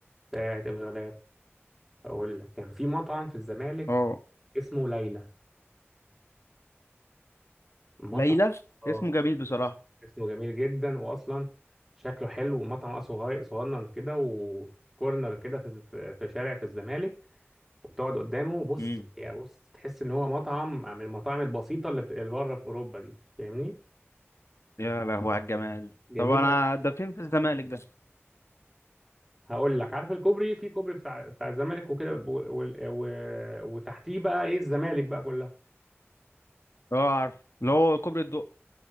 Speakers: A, in the centre; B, on the left (about 75°).
A: بتاعت الغلاب اقول لك كان في مطعم في الزمالك
B: اه
A: اسمه ليلى مطعم
B: ليلى
A: اه
B: اسمه جميل بصراحة
A: اسمه جميل جدا واصلا شكله حلو ومطعم صغير صغنن كده وكورنر كده في في في شارع في الزمالك وبتقعد قدامه بص
B: امم
A: يا بص تحس ان هو مطعم من المطاعم البسيطه اللي بت- اللي بره في اوروبا دي فاهمني
B: يا لهوي على الجمال
A: جميله
B: طب انا ده فين في الزمالك ده
A: هقول لك عارف الكوبري في كوبري بتاع بتاع الزمالك وكده و... و... و... وتحتيه بقى ايه الزمالك بقى كلها
B: اه عارف اللي هو كوبري الدق